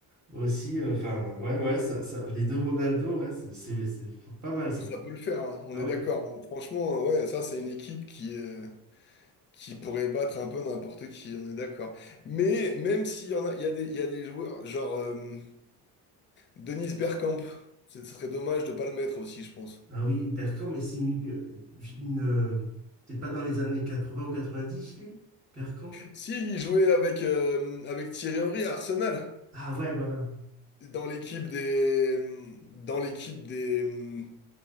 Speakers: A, on the right; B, on the left.
A: aussi. euh, Enfin, ouais, ouais, ça, ça, les deux Ronaldo, ouais, c'est c'est- c'est pas mal ça.
B: Ça peut le faire, hein. On
A: Ah
B: est
A: ouais.
B: d'accord. hein. Franchement, euh, ouais, ça, c'est une équipe qui, euh, qui pourrait battre un peu n'importe qui, on est d'accord. Mais même s'il y en a, il y a des, il y a des joueurs, genre euh, Dennis Bergkamp, ce serait dommage de pas le mettre aussi, je pense.
A: Ah oui, Bergkamp, mais c'est une... une, euh, T'es pas dans les années 80 ou quatre-vingt-dix lui? Bergkamp?
B: S'il jouait avec, euh, avec Thierry Henry à Arsenal,
A: Ah ouais, voilà.
B: dans l'équipe des, dans l'équipe des,